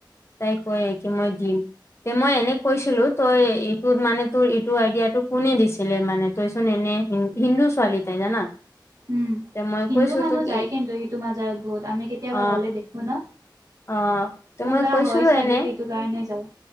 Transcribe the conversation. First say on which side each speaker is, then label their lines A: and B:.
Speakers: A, on the left; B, on the right.
A: তাই কয়ে কি মই দিম। তে মই এনে কৈছিলো তই এইটোত মানে তোৰ এইটো আইডিয়াটো কোনে দিছিলে মানে। তইচোন এনে হিন্দু ছোৱালী তাই জানা।
B: উম
A: তে মই
B: হিন্দু
A: কৈছো
B: মানুহ
A: তোক
B: যায়
A: এ
B: কিন্তু সেইটো মাজাৰত বহুত আমি কেতিয়াবা
A: অ
B: গ'লে দেখো ন?
A: অ তে
B: পুৰা
A: মই কৈছিলো
B: হয় চাগে
A: এনে
B: সেইটো কাৰণে যায়,